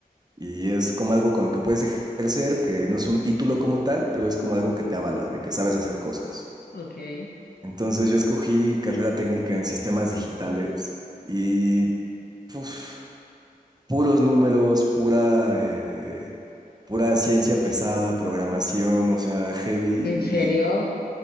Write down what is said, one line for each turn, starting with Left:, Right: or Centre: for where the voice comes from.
Right: Y es como algo con lo que puedes ejercer, que no es un título como tal, pero es como algo que te avala, de que sabes hacer cosas.
Left: ok,
Right: Entonces yo escogí carrera técnica en sistemas digitales y puf, puros números, pura, eh, pura ciencia pesada, programación, o sea, heavy.
Left: ¿en serio?
Right: Y